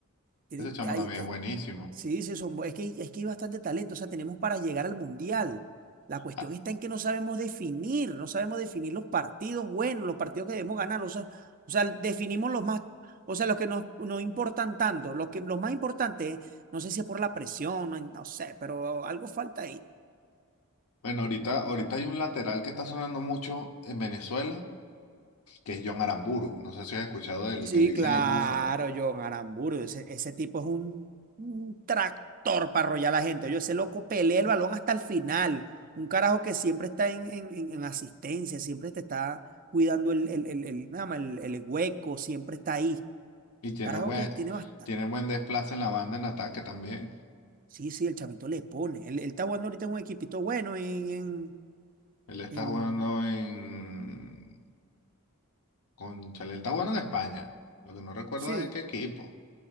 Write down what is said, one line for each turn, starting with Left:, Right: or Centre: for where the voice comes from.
Right: Tienen-
Left: Ese chamo
Right: hay
Left: también
Right: que-
Left: es buenísimo.
Right: sí, sí, son, bu- es que, es que hay bastante talento, o sea, tenemos para llegar al mundial. La cuestión
Left: Ah,
Right: está en que no sabemos definir, no sabemos definir los partidos buenos, los partidos que debemos ganar, o sea, o sea, definimos los más, o sea, los que nos, nos importan tanto, los que, los más importantes, no sé si es por la presión, no, no sé, pero algo falta ahí.
Left: bueno, ahorita, ahorita hay un lateral que está sonando mucho en Venezuela, que es John Aramburu. No sé si has escuchado del
Right: Sí,
Left: que le dicen
Right: claro,
Left: el Búfalo.
Right: John Aramburu. Ese, ese tipo es un, un tractor para arrollar a la gente. Yo, ese loco pelea el balón hasta el final. Un carajo que siempre está en, en- en- en asistencia, siempre te está cuidando el, el, el, el- nada más, el- el hueco, siempre está ahí.
Left: Y tiene
Right: Carajo
Left: buen,
Right: que tiene bastante.
Left: tiene buen desplace en la banda en ataque también.
Right: Sí, sí, el chamito le pone. Él, él está jugando ahorita en un equipito bueno en, en-
Left: Él está
Right: en-
Left: jugando en Cónchale, él está jugando en España. Lo que no recuerdo
Right: Sí,
Left: es en qué equipo.